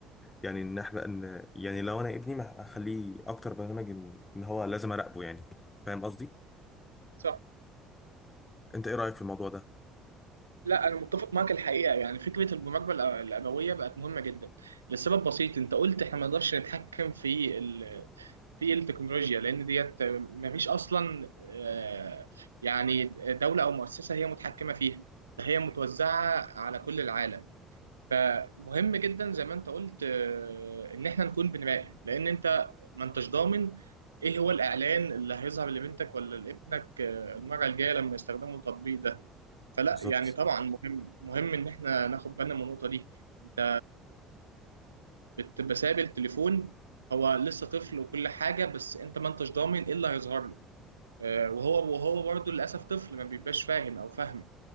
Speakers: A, on the left (about 20°); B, on the right (about 85°).
A: يعني ان احنا ان يعني لو انا ابني ما اخليه اكتر برنامج ان إن هو لازم اراقبه يعني فاهم قصدي
B: صح
A: انت ايه رايك في الموضوع ده
B: لا انا متفق معاك الحقيقه يعني فكره المراقبه الأ- الابويه بقت مهمه جدا لسبب بسيط انت قلت احنا ما نقدرش نتحكم في ال... في التكنولوجيا لان ديت ما فيش اصلا آه، يعني دوله او مؤسسه هي متحكمه فيها ده هي متوزعه على كل العالم فمهم جدا زي ما انت قلت آه، ان احنا نكون بنراقب لان انت ما انتش ضامن ايه هو الاعلان اللي هيظهر لبنتك ولا لابنك آه، المره الجايه لما يستخدموا التطبيق ده فلا
A: بالظبط
B: يعني طبعا مهم مهم ان احنا ناخد بالنا من النقطه دي انت بتبقى سايب التليفون هو لسه طفل وكل حاجه بس انت ما انتش ضامن ايه اللي هيظهر له آه، وهو وهو برضه للاسف طفل ما بيبقاش فاهم او فاهمه